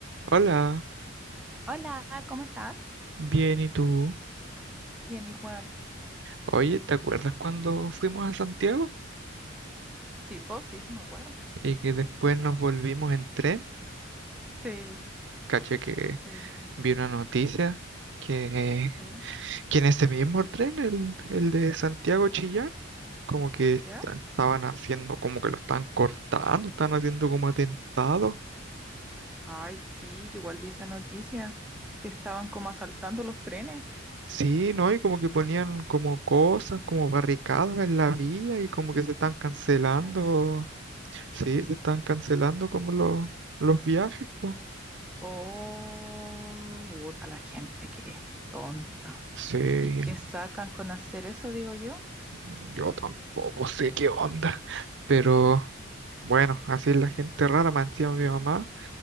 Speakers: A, on the right; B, in the centre.
A: Hola,
B: Hola, ¿cómo estás?
A: bien, ¿y tú?
B: Bien, igual.
A: Oye, ¿te acuerdas cuando fuimos a Santiago?
B: Sí, vos sí, sí me acuerdo.
A: Y que después nos volvimos en tren.
B: Sí,
A: Caché que
B: sí,
A: vi una noticia que,
B: ya,
A: que en ese mismo tren, el, el de Santiago Chillán, como que esta-
B: ya.
A: estaban haciendo, como que lo están cortando, están haciendo como atentados.
B: Ay, sí, yo igual vi esa noticia que estaban como asaltando los trenes.
A: Sí, ¿no? Y como que ponían como cosas, como barricadas en la vía y como que se están cancelando,
B: En se-
A: sí, se están cancelando como los, los viajes, po.
B: Oh, puta, la gente que es tonta.
A: Sí,
B: ¿Y qué sacan con hacer eso, digo yo?
A: yo tampoco <laughs> sé qué onda, pero bueno, así es la gente rara, me encima mi mamá,